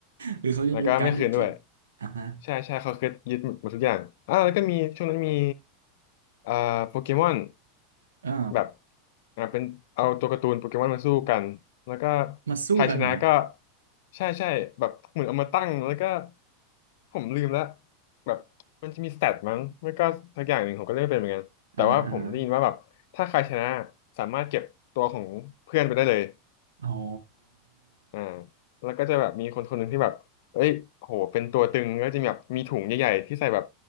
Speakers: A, on the right; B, on the left.
A: หรือเขาจะยึดการ์ดยูกิ
B: แล้วก็ไม่คืนด้วย
A: อ่าฮะ
B: ใช่ใช่เขาคือยึดหมดทุกอย่างอ่าแล้วก็มีช่วงนั้นมีอ่าโปเกมอน
A: เออ
B: แบบอ่าเป็นเอาตัวการ์ตูนโปเกมอนมาสู้กันแล้วก็
A: มาสู้กันเหรอ
B: ใครชนะก็ใช่ใช่แบบเหมือนเอามาตั้งแล้วก็ผมลืมแล้วแบบมันจะมีสเตตมั้งไม่ก็สักอย่างหนึ่งผมก็เล่นไม่เป็นเหมือนกันแต่ว่าผมได้ยินว่าแบบถ้าใครชนะ
A: อ่าฮะอ่าฮะ
B: สามารถเก็บตัวของเพื่อนไปได้เลย
A: อ๋อ
B: อ่าแล้วก็จะแบบมีคนคนหนึ่งที่แบบเอ้ยโหเป็นตัวตึงก็จะมีแบบมีถุงใหญ่ๆที่ใส่แบบ